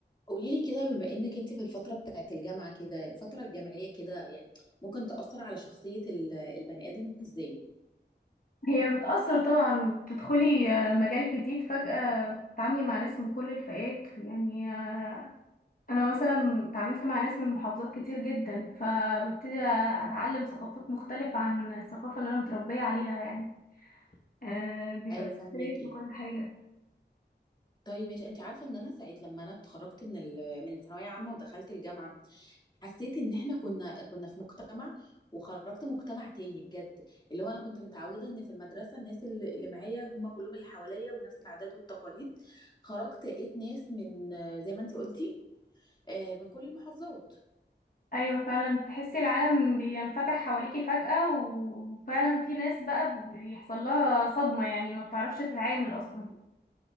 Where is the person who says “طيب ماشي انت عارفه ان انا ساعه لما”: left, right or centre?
Left